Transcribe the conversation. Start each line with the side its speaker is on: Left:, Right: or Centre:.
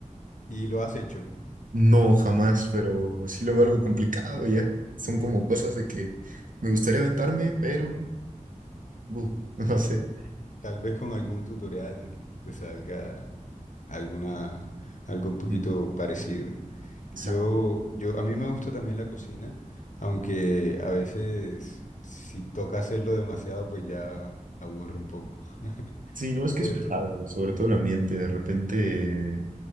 Left: ¿Y lo has hecho?
Right: No, jamás, pero sí lo veo algo complicado ya. Son como cosas de que me gustaría aventarme, pero uf, <laughs> no sé.
Left: Tal vez con algún tutorial te salga alguna, algo un poquito
Right: Ujú.
Left: parecido.
Right: Exacto.
Left: Yo, yo, a mí me gusta también la cocina, aunque a veces si toca hacerlo demasiado, pues ya aburre un poco. <laughs>
Right: Sí, no, es que
Left: Pero
Right: es pesado, sobre todo el ambiente, de repente